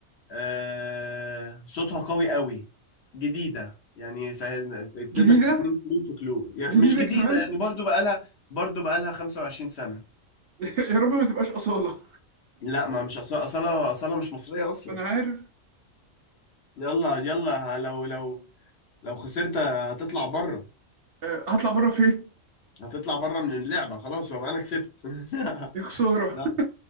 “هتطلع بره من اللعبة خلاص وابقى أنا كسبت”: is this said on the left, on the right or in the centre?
Left